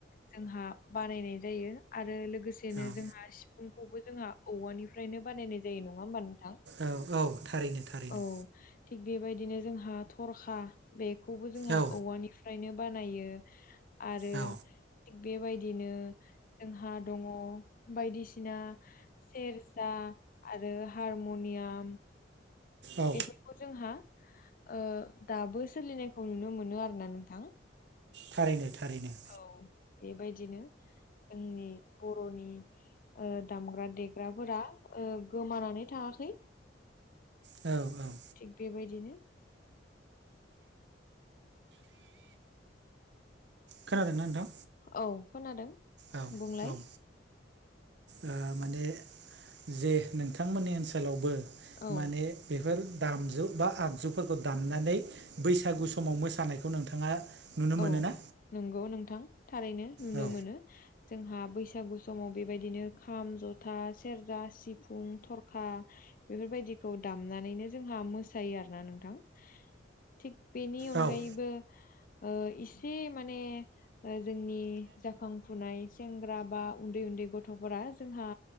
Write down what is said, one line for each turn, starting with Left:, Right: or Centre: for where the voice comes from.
Left: जोंहा बानायनाय जायो आरो लोगोसे दिनो
Right: औ
Left: जोंहा सिफुंखौबो जोंहा औवानिफ्रायनो बानायनाय जायो नङा होमबा नोंथां?
Right: औ औ थारैनो थारैनो
Left: औ थिग बेबायदिनो जोंहा थरखा बेखौबो जोंहा
Right: औ
Left: औवानि फ्रायनो बानायो आरो
Right: औ
Left: थिग बेबायदिनो जोंहा दङ बायदिसिना सेरजा आरो हारमनियाम
Right: औ
Left: एफोरखौ जोंहा ओ दाबो सोलिनायखौ नुनो मोनो आरोना नोंथां।
Right: थारैनो थारैनो।
Left: औ। बेबायदिनो जोंनि बर'नि ओ दामग्रा देग्राफोरा ओ गोमानानै थाङाखै।
Right: औ औ
Left: थिग बेबायदिनो
Right: खोनादोंना नोंथां
Left: औ खोनादों
Right: औ
Left: बुंलाय
Right: औ ओ माने जे नोंथांमोननि ओनसोलावबो
Left: औ
Right: माने बेफोर दामजु बा आगजुफोरखौ दामनानै बैसागु समाव मोसानायखौ नोंथाङा नुनो
Left: औ
Right: मोनो ना
Left: नंगौ नोंथां थारैनो नुनो
Right: औ
Left: मोनो। जोंहा बैसागु समाव बेबायदिनो खाम जथा सेरजा सिफुं थरखा बेफोरबायदिखौ दामनानैनो जोंहा मोसायो आरो ना नोंथां। थिक बेनि अनगायैबो
Right: औ
Left: ओ इसे माने ओ जोंनि जाखां फुनाय सेंग्रा बा उन्दै उन्दै गथ'फोरा जोंहा